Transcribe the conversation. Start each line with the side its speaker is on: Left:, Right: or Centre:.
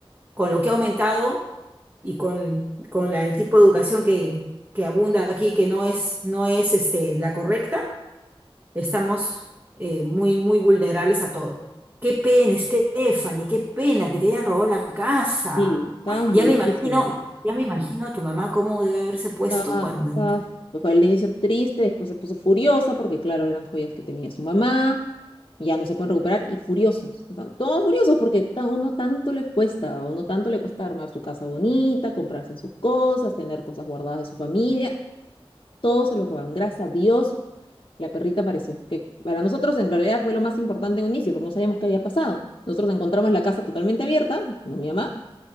Right: con lo que ha aumentado y con, con la- el tipo de educación que, que abunda aquí, que no es, no es este, la correcta, estamos eh, muy, muy vulnerables a todo. Qué pena, Stephanie, qué pena que te hayan robado la casa.
Left: Sí, estábamos
Right: Ay, Ya
Left: molestísimos.
Right: me imagino, ya me imagino a tu mamá cómo debe haberse puesto
Left: Estaba,
Right: cuando
Left: estaba-
Right: entró.
Left: fue al inicio triste, después se puso furiosa, porque claro, eran joyas que tenía su mamá, y ya no se pueden recuperar, y furiosos. O sea, todos furiosos porque ta- uno tanto les cuesta, a uno tanto le cuesta armar su casa bonita, comprarse sus cosas, tener cosas guardadas de su familia. Todo se lo robaron. Gracias a Dios, la perrita apareció. Que para nosotros en realidad fue lo más importante en un inicio, porque no sabíamos qué había pasado. Nosotros encontramos la casa totalmente abierta, no mi mamá,